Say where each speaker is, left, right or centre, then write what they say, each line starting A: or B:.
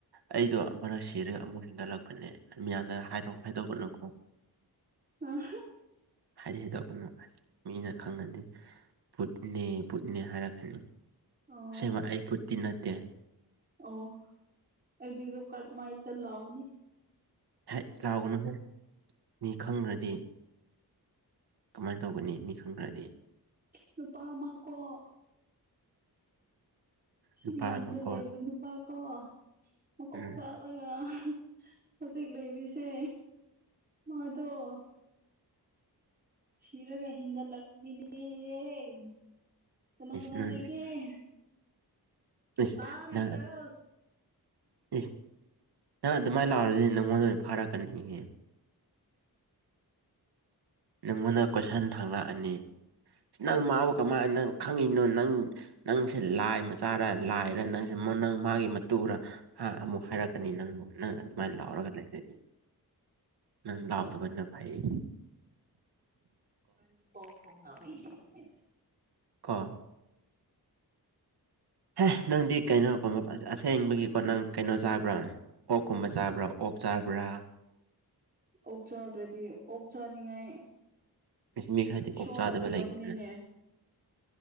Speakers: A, on the right; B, on the right.
A: ꯑꯩꯗꯣ ꯑꯃꯔꯛ ꯁꯤꯔꯒ ꯑꯃꯨꯔꯛ ꯍꯤꯟꯒꯠꯂꯛꯄ ꯄꯥꯅꯦ ꯃꯤꯌꯥꯝꯗ ꯍꯥꯏꯗꯣꯛ ꯍꯥꯏꯗꯣꯛꯀꯥꯅꯨꯀꯣ
B: ꯑꯥ
A: ꯍꯥꯏꯗꯤ ꯍꯥꯢꯗꯣꯛꯀꯅꯨ ꯃꯤꯅ ꯈꯪꯅꯥꯗꯦ ꯕꯨꯠꯅꯦ ꯕꯨꯠꯅꯦ ꯍꯥꯏꯔꯛꯀꯅꯤ
B: ꯑꯥꯎ
A: ꯑꯁꯦꯡꯕ ꯑꯩ ꯕꯨꯠꯇꯤ ꯅꯠꯇꯦ
B: ꯑꯣ ꯑꯩꯗꯤ ꯖꯣꯞ ꯀꯥꯔꯗ ꯃꯥꯏꯇ ꯂꯥꯛꯑꯣꯅꯤ
A: ꯍꯩꯠ ꯂꯥꯎꯒꯅꯨꯍ ꯃꯤ ꯈꯪꯈ꯭ꯔꯗꯤ ꯀꯃꯥꯏꯅ ꯇꯧꯒꯅꯤ ꯃꯤ ꯈꯪꯗ꯭ꯔꯗꯤ
B: ꯅꯨꯄꯥ ꯑꯃ ꯀꯣ ꯁꯤꯒꯤ
A: ꯅꯨꯄꯥ
B: ꯂꯝꯗ
A: ꯑꯃꯀꯣ
B: ꯂꯩꯕ ꯅꯨꯄꯥ ꯅꯨꯄꯥꯀꯣ ꯃꯀꯣꯛ
A: ꯎꯝ
B: ꯆꯥꯔꯒ ꯍꯧꯖꯤꯛ ꯂꯩꯔꯤꯁꯦ ꯃꯥꯗꫭ ꯁꯤꯔꯒ ꯍꯤꯡꯒꯠꯂꯛꯈꯤꯅꯤꯌ‌ꯦ ꯀꯅꯥ
A: ꯏꯁ
B: ꯀꯅꯥ
A: ꯅꯪ
B: ꯂꯩꯒ‌ꯦ
A: ꯏꯁ
B: ꯇꯔꯤꯕ꯭ꯔꯣ
A: ꯅꯪ ꯏꯁ ꯅꯪ ꯑꯗꯨꯃꯥꯏꯅ ꯂꯥꯛꯔꯁꯤꯗꯤ ꯅꯪꯉꯣꯟꯗ ꯑꯣꯏꯅ ꯐꯥꯔꯛꯀꯅꯤꯍꯦ ꯅꯪꯉꯣꯟꯗ ꯀꯣꯏꯁꯟ ꯍꯥꯡꯂꯛꯑꯅꯤ ꯅꯪ ꯃꯥꯕꯨ ꯀꯃꯥꯏꯅ ꯅꯪ ꯈꯪꯉꯤꯅꯣ ꯅꯪ ꯅꯪꯁꯦ ꯂꯥꯏ ꯃꯆꯥꯔ ꯂꯥꯏꯔ ꯅꯪꯁꯦ ꯅꯪ ꯃꯥꯒꯤ ꯃꯇꯨꯔ ꯍꯥ ꯑꯃꯨꯛ ꯍꯥꯏꯔꯛꯀꯅꯤ ꯅꯪꯕꯨ ꯅꯪ ꯑꯗꯨꯃꯥꯏꯅ ꯂꯥꯎꯔꯒ ꯂꯩꯔꯗꯤ ꯅꯪ ꯂꯥꯎꯗꯕꯅ ꯐꯥꯏꯌꯦ
B: ꯏꯕꯅꯤ ꯄꯥꯎ ꯐꯥꯎꯅꯕꯩꯅꯤ <unintelligible>
A: ꯀꯣ ꯍꯦ ꯅꯪꯗꯤ ꯀꯩꯅꯣ ꯀꯨꯝ ꯑꯁꯦꯡꯕꯒꯤꯀꯣ ꯅꯪ ꯀꯩꯅꯣ ꯆꯥꯕ꯭ꯔꯥ ꯑꯣꯛꯀꯨꯝꯕ ꯆꯥꯕ꯭ꯔꯥ ꯑꯣꯛ ꯆꯥꯕ꯭ꯔꯥ
B: ꯑꯣꯛ ꯆꯥꯗ꯭ꯔꯗꯤ ꯑꯣꯛ ꯆꯥꯅꯤꯡꯉꯥꯏ
A: ꯃꯤ ꯈꯔꯗꯤ
B: ꯏꯁꯣꯔꯅ
A: ꯑꯣꯛ ꯆꯥꯗꯕ
B: ꯄꯤꯔꯛꯄꯅꯤꯅꯦ
A: ꯂꯩꯕꯅꯤꯅ